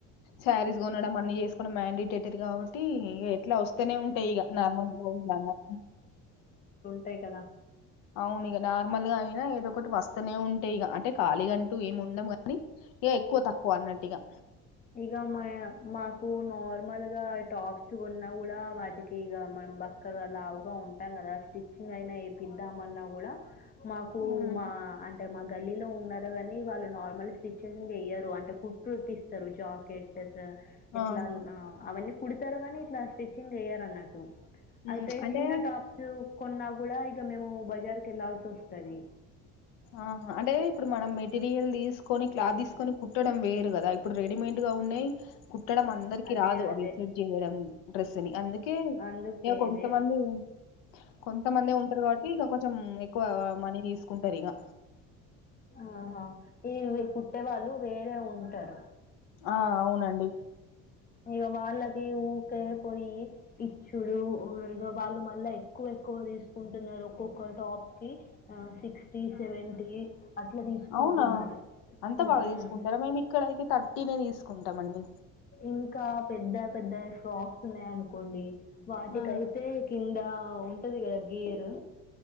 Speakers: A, on the left (about 80°); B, on the left (about 30°).
A: సారీస్స్ కొనడం అన్ని చే మ్యాండిటేటర్ కాబట్టి ఇట్లా వస్తేనే ఉంటాయి ఇక నార్మల్ బ్లౌజ లాన్నా
B: టై కదా
A: అవును ఇక నార్మల్ గా అయినా ఏదో ఒకటి వస్తనే ఉంటే ఇక అంటే ఖాళీ అంటూ ఏం ఉండం కానీ ఇక ఎక్కువ తక్కువ అన్నట్టుగా
B: నిజమే మాకు నార్మల్ గా ఇ టాప్స్ కొ న్నా కూడా వాటికి ఇ మనం బక్కగా లావుగా ఉంటాం కదా స్టిచ్చింగ్ అయినా ఏపిద్దామన్నా కూడా మాకు
A: ఉమ్.
B: మా అంటే మా గల్లీలో ఉన్నారు కానీ వాళ్ళు నార్మల్ స్టర్చింగ్ చేయరు అంటే కుట్టుటిస్తారు అంటే జాకెటసు ఇట్లా
A: ఆహా
B: అవ్వని కుడతారు గానీ ఇట్లా స్టిచ్చింగ్ చేయ్యారు అన్నట్టు
A: ఉమ్
B: అయితే
A: అంటే
B: చిన్న టాప్స్ కొన్నా కూడా ఇక మేము బజార్కి వెళ్ళాల్సొతది
A: ఆహా అంటే ఇప్పుడు మనం మే మెటీరియల్ తీసుకొని క్లాత్ తీసుకొని కుట్టడం వేరు కదా ఇప్పుడు రెడీమేడ్ గా ఉన్నాయి కుట్టడం అందరికి
B: అదే
A: రాదు
B: అదే
A: అవిసెట్ చేయడం డ్రెస్ని అందుకే
B: అందుకనే
A: ఇక కొంతమంది కొంతమందే ఉంటారు కాబట్టి ఇక కొంచెం ఎక్కువ మనీ తీసుకుంటారు ఇక
B: ఆహా ఈ కుుట్టే వాళ్ళు వేరే ఉంటారు
A: ఆ అవునండి
B: ఇక వాళ్ళకి ఊకే పోయి ఇచ్చుడు ఇక వాళ్ళు మళ్ళా ఎక్కువ ఎక్కువ తీసుకుంటున్నారు ఒక్కొకల్ టాప్కి సిక్స్ టి సేవేంటీ అట్లా తీసుకుంటున్నారు
A: అవునా అంత
B: హ్మ్
A: బాగా తీసుకుంటారా మేము ఇక్కడ అయితే థర్టీనేే తీసుకుంటాం అండి
B: ఇంకా పెద్ద పెద్ద షాప్స్ ఉన్నాయ అనుకోండి వాటికైతే
A: ఆ
B: కింద ఉంటది కదా గేరు